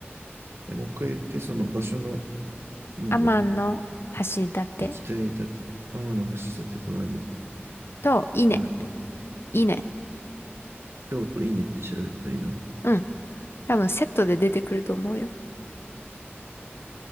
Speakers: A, on the right; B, on the left.
A: え、もう一回言って、その場所の、なんだろう。
B: 天の橋立
A: 行きたいだと、天橋立と何
B: と伊根、
A: もう一個。
B: 伊根
A: 京都稲って調べたらいいの
B: うん。多分セットで出てくると思うよ。